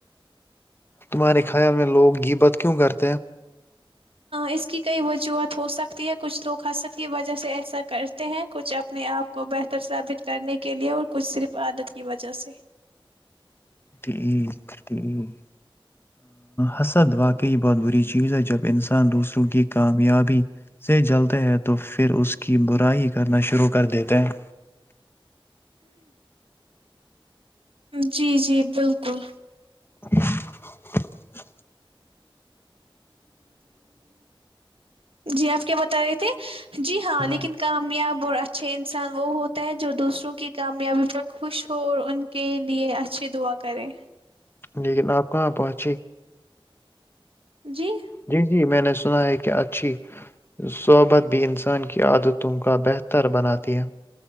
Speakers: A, on the left; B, on the right.
A: تمہارے خیال میں لوگی بت کیوں کرتے ہیں
B: اس کی کئی وجوہات ہو سکتی ہے کچھ لوگ ہنسک کی وجہ سے ایسا کرتے ہیں کچھ اپنے آپ کو بہتر سثابت کرنے کے لیے اور کچھ صرف عادت کی وجہ سے
A: ٹھیک ٹھیک حسد واقع کئی بات بری چیز ہے جب انسان دوسروں کی کامیابی سے جلتے ہیں تو پھر اس کی برائی کرنا شروع کر دیتے ہیں
B: جی جی بالکل
A: <unintelligible>
B: جی آپ کیا بتا رہی تھے جی ہاں
A: ہیں
B: لیکن کامیاب اور اچھے انسان وہ ہوتا ہے جو دوسروں کی کامیابی پر خوش ہو اور ان کے لیے اچھے دعا کرے
A: لیکن آپ کہاں پہنچے
B: جی
A: جی جی میں نے سنا ہے کہ اچھی صحبت بھی انسان کی عادتوں کا بہتر بناتی ہے